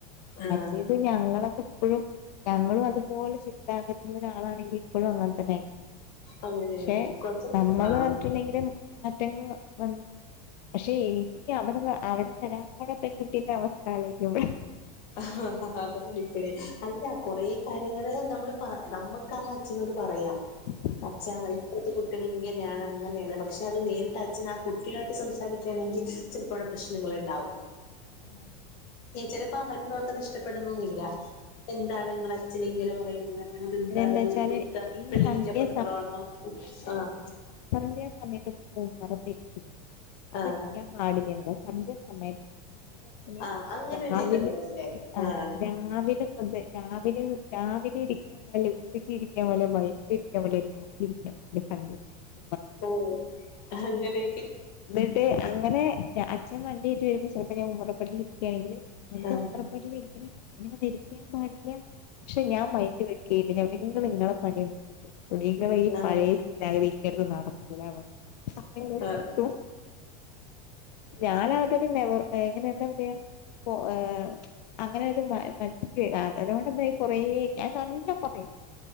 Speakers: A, on the left; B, on the left.
A: ആഹ്
B: മറ്റേ പിന്നെ ഞങ്ങളൊക്കെ ഇപ്പോഴും ഞങ്ങളും അതുപോലെ ചിന്താഗതിയുള്ള ഒരാള് ആണെങ്കിൽ ഇപ്പഴും അങ്ങനെ ത ന്നെ,
A: അങ്ങനെയായിരിക്കും
B: പക്ഷെ
A: കുറച്ച്
B: നമ്മള്
A: ആഹ്
B: പറഞ്ഞിട്ടുണ്ടെങ്കില് മാറ്റങ്ങള് വന്ന്. പക്ഷെ എനിക്ക് അവിടെതാ അവിടെ വരാൻ പോണ പെൺകുട്ടിന്റെ അവസ്ഥ ആലോചിക്കുമ്പഴാ
A: <inaudible> അതാണിപ്പേ അല്ല കൊറെ കാര്യങ്ങള് നമ്മള് പ നമുക്കാവുമ്പോ അച്ഛനോട് പറയാം
B: <inaudible>
A: അച്ഛ അതിത്ര അവിടുത്തെ കുട്ടികള് ഇങ്ങനെയാണ് അങ്ങനെയാണ് പക്ഷെ അത് നേരിട്ട് അച്ഛനാ കുട്ടിയായിട്ട് സംസാരിക്കുകയാണെങ്കിൽ ചെലപ്പോ അവിടെ പ്രശ്നങ്ങള്ണ്ടാവും.
B: <inaudible>
A: ചെലപ്പോ ആ വരുന്നവർക്കതിഷ്ടപ്പെടണമെന്നില്ല. എന്താണ് നിങ്ങളച്ഛന് ഇങ്ങനെ പറയുന്നേ അങ്ങനെ എന്താണ്
B: അതെന്താ വെച്ചാല്
A: നിങ്ങള് ഇതെന്താ
B: ഈ
A: വെള്ളരിക്ക
B: സന്ധ്യ
A: പട്ടണമാണോ ആഹ്
B: സന്ധ്യാസമയത്ത് വന്ന് ഉമ്മറത്തിരിക്കും. അത്
A: ആ
B: ഇരിക്കാൻ പാടില്ല. സന്ധ്യാസമയത്താണ് പക്ഷെ ഇൻ്റെ അച്ഛന്
A: ആ അങ്ങനെ
B: രാവിലെ
A: ഒരു ഇതുണ്ടല്ലേ
B: ആഹ്
A: ആ
B: രാവിലെ മുതൽ രാവിലെ രാവിലെ ഇരി ഇരിക്കാൻ പാടില്ല ഉച്ചക്കിരിക്കാൻ പാടില്ല വൈകിട്ട് ഇരിക്കാൻ പാടില്ല രാത്രി ഇരിക്കാൻ പാടില്ല സന്ധ്യ സമയം
A: ഓഹ് അങ്ങനെ
B: ഇന്നട്ട് അങ്ങനെ ഏഹ് അച്ഛൻ വണ്ടിയേറ്റു വരുമ്പോ ചെലപ്പോ ഞാൻ ഉമ്മറപ്പടിയിലിരിക്കായാണെങ്കില് എന്താ
A: ആ
B: ഉമ്മറപ്പടിലിരിക്ക്ണെ ഇങ്ങനൊന്നും ഇരിക്കാൻ പാടില്ല. പക്ഷെ ഞാൻ മൈന്റ് വെ കീവി നിങ്ങള് നിങ്ങളോടെ പണി നിങ്ങളടെ ഈ
A: ആ
B: പഴയ ചിന്താഗതി ഇന്റെ അടുത്ത് നടക്കുല പറഞ്ഞു <unintelligible>
A: ആ
B: ഞാൻ ആദ്യ ഒരു നവർ എങ്ങനെ എന്താ പറയാ പൊ എ അങ്ങനെ ഒരു മത്സ <unintelligible> അതുകൊണ്ടന്തായി കൊറെ ഞാൻ നല്ല പറയും